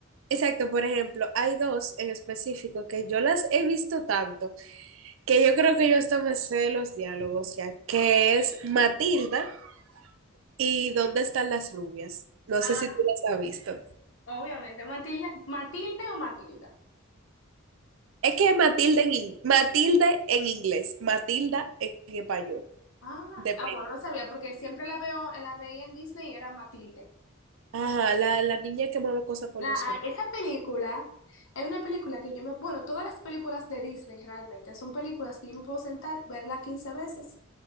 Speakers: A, on the right (about 70°); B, on the left (about 65°).
A: Exacto, por ejemplo, hay dos en específico que yo las he visto tanto. que yo creo que yo hasta me sé los diálogos ya, que es Matilda y ¿Dónde están las rubias? No
B: Ah,
A: sé si tú las has visto.
B: obviamente. Matilda, Matilde o Matilda.
A: Es que Matilda en, in- Matilda en inglés, Matilda en español,
B: Ah,
A: depende.
B: ah, bueno, no sabía porque siempre la veo, la veía en Disney y era Matilde.
A: Ajá, la, la niña que mueve cosas con
B: La-
A: los
B: ah,
A: ojos.
B: esa película es una película que yo me, bueno, todas las películas de Disney realmente son películas que yo me puedo sentar, verla 15 veces,